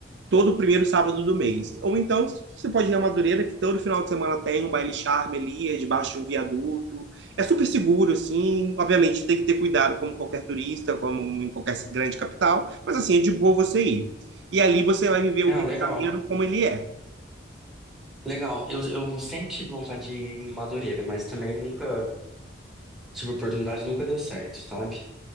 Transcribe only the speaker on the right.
todo primeiro sábado do mês. Ou então, você pode ir a Madureira, que todo final de semana tem um baile charme ali, é debaixo de um viaduto. É super seguro, assim. Obviamente, tem que ter cuidado, como qualquer turista, como em qualquer grande capital. Mas, assim, é de boa você ir. E ali você vai viver o
Rio
de Janeiro como ele é.